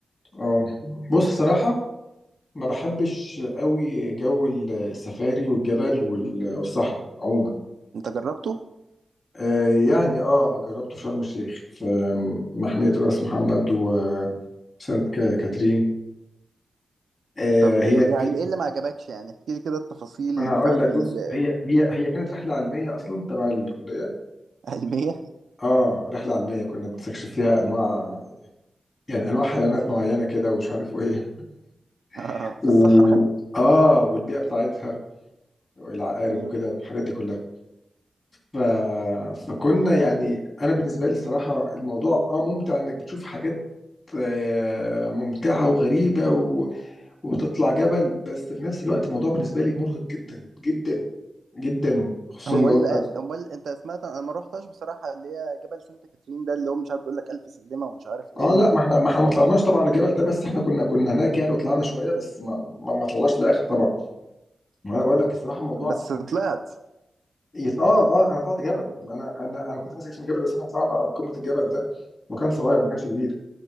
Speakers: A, on the left; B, on the right.
A: اه بص صراحة ما بحبش قوي جو السفاري والجبل وال- والصحراء عموما
B: انت جربته
A: آه يعني اه جربته في شرم الشيخ في محمية راس محمد وسانت كا- كاترين آه
B: طب
A: هي
B: يعني
A: هي-
B: ايه اللي ما عجبكش يعني احكي لي كده التفاصيل
A: ما انا
B: بتاعت
A: هقول لك
B: ال-
A: بص هي هي هي كانت رحلة علمية اصلا تبع الكلية
B: العلمية
A: اه رحلة علمية كنا بنستكشف فيها انواع يعني انواع حيوانات معينه كده ومش عارف ايه
B: آه
A: <laughs> و
B: في الصحراء
A: اه والبيئه بتاعتها والعقارب
B: آه
A: وكده الحاجات دي كلها ف... فكنا يعني انا بالنسبه لي الصراحه الموضوع اه ممتع انك بتشوف حاجات آه، ممتعه وغريبه و... وتطلع جبل بس في نفس الوقت الموضوع بالنسبه لي مرهق جدا جدا جدا خصوصا
B: امال
A: لو انت
B: امال انت سمعت انا ما روحتش بصراحه اللي هي جبل سانت كاترين ده اللي هو مش عارف بيقول لك الف سلمه ومش عارف ايه
A: اه لا
B: و...
A: ما احنا ما احنا ما طلعناش طبعا الجبل ده بس احنا كنا كنا هناك يعني وطلعنا شويه بس ما ما, ما طلعناش للاخر طبعا وانا بقول لك الصراحه الموضوع
B: بس طلعت
A: يطل... اه اه انا طلعت جبل انا انا انا كنت ناسي اسم الجبل بس احنا طلعنا قمه الجبل ده وكان صغير ما كانش كبير